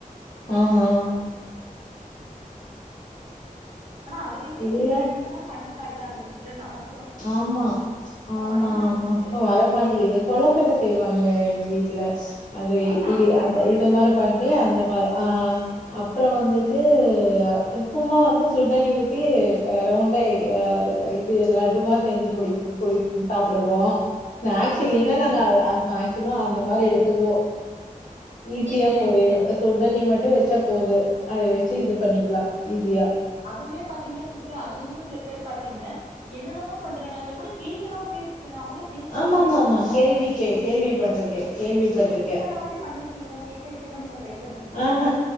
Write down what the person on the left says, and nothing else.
ஆஹா.
இல்ல.
ஆமா ஆமாமா
வரமாட்டிங்குது கொலக்கட்ட செய்வாங்க எங்க வீட்ல அது
இடி அந்த
இத
மாரி பண்ணி
அந்த மாரி ஆ அப்றோ வந்துட்டு அ சும்மா வந்து சுடுதண்ணி ஊத்தி ரவுண்டா இது புட்டு மாறி செஞ்சு புடிப் பிடிக்கு சாப்டுவோ ஸ்நாக்ஸ்
இல்லினா
நாங்க அ மே சும்மா அந்த மாரி எடுத்துக்குவோ ஈஸியா
போய்ரு
சுடுதண்ணி மட்டு ட்டு வெச்சா போது அத வெச்சு இது பண்ணிக்கலா ஈசியா
ஆமாமாமா.
கேள்வி
கே
கேள்விப்பட்டுருக்கேன்,
கேள்விப்பட்டுருக்கேன்.
ஆஹ்